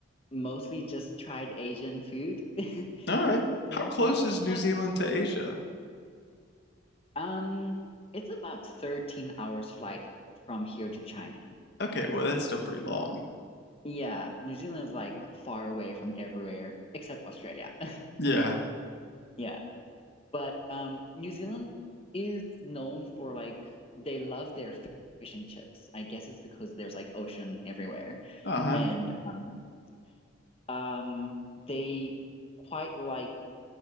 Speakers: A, on the left (about 30°); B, on the left (about 55°).
A: mostly just tried Asian food. <laughs>
B: right.
A: Not
B: How close
A: not
B: is
A: so much.
B: New Zealand to Asia?
A: Um, it's about 13 hours flight from here to China.
B: Okay, well that's still pretty long.
A: Yeah, New Zealand is like far away from everywhere except Australia. <laughs>
B: Yeah.
A: Yeah, but um, New Zealand is known for like they love their fi- fish and chips. I guess it's because there's like ocean everywhere,
B: Uh-huh.
A: and um, um, they quite like